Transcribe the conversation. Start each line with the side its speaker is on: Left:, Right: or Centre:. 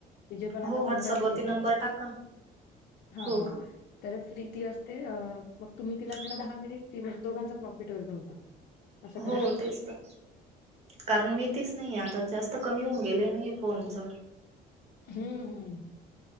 Left: तिचे पण आता
Right: हो व्हॉट्सअपवरती
Left: पंधरा झालेत
Right: नंबर टाका.
Left: हा
Right: हो
Left: हा
Right: का?
Left: तर फ्री ती असते मग तुम्ही तिला गेणार
Right: हं.
Left: दहा मिनिट ती म्हणजे दोघांचा प्रॉफिट होईल तुमचा. असं
Right: हो
Left: करा
Right: तेच त कारण मी तीच नाही आता जास्त कमी होऊन गेल न हे फोनच
Left: हम्म हम्म